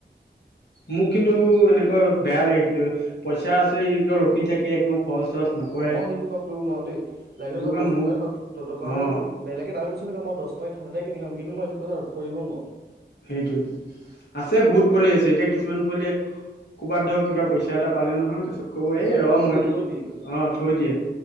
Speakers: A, on the left; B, on the right.
A: মোক কিন্তু এনেকুৱা বেয়া লাগে কিন্তু পইচা আছে গৈ ৰখি থাকে একো খৰচ চৰচ নকৰে
B: মই সেইটো কাম কৰিব নোৱাৰো দেই লাগিলে
A: সেইটো
B: মই
A: কাৰণে
B: দহ
A: মোক
B: টকা থাকক দৰকাৰ
A: অঁ
B: হলে বেলেগে দামি ব টো মই দছ টকা ঠাণ্ডা কিনি খাম কিন্ত মই এইটো পইচা থৈ দিব নোৱাৰো।
A: সেইটোতো আছে বহুত পোৱালি আছে এতিয়া কিছুমান পোৱালিয়ে ক'বাত ধৰ কিবা পইচা এটা পালে নহয় তাৰ পিছত কব
B: পইচাটো
A: এই ৰ
B: ঘৰত
A: মই
B: লৈ
A: এইটোক
B: গৈ থৈ দিয়েগৈ
A: অ থৈ দিয়ে